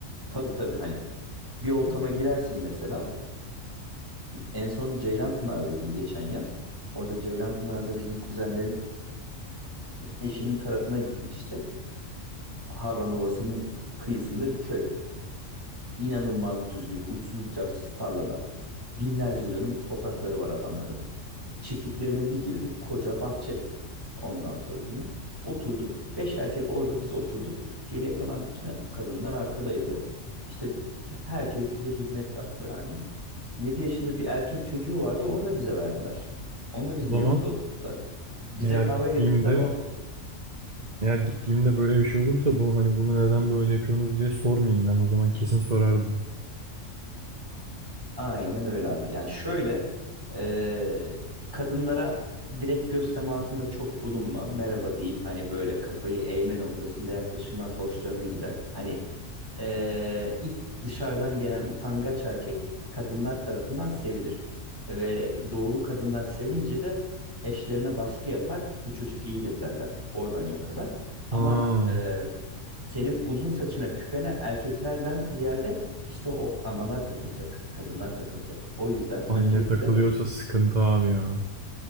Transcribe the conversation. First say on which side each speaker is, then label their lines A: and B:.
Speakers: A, on the right; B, on the right.
A: Tabii tabii hani bir ortama girersin mesela en son Ceylanpınar'daydım geçen yaz. Orada Ceylanpınar'da bizim kuzenlerin eşinin tarafına gittik işte. Harran Ovası'nın kıyısında bir köy. İnanılmaz düzlük, uçsuz bucaksız tarlalar. Binlerce dönüm toprakları var adamların. Çiftliklerine bir girdik. Koca bahçe. Ondan sonracıma. Oturduk. Beş erkek orada biz oturduk. Geriye kalan bütün kadınlar arkadaydı. İşte herkes bize hizmet yaptı yani. yedi yaşında bir erkek çocuğu vardı. Onu da bize verdiler. Onu da bizim
B: O zaman
A: yanımıza oturttular. Bize
B: eğer
A: kahve
B: gittiğimde
A: getirdiler. on
B: Eğer gittiğimde böyle bir şey olursa bu hani bunu neden böyle yapıyorsunuz diye sormayayım ben. O zaman kesin sorardım.
A: Aynen öyle abi. Yani şöyle e, kadınlara direkt göz temasında çok bulunma. Merhaba deyip hani böyle kafayı eğme noktasında yaklaşımlar hoşlarına gider. Hani ee, ilk dışarıdan gelen utangaç erkek kadınlar tarafından sevilir. Ve doğulu kadınlar sevince de eşlerine baskı yapar. Bu çocuk iyidir derler. Oradan yakalar. Ama
B: Ha,
A: e, senin uzun saçına küpene erkeklerden ziyade işte o analar takılacak. Kadınlar takılacak. O yüzden
B: anne
A: öncelikle
B: takılıyorsa sıkıntı abi ya.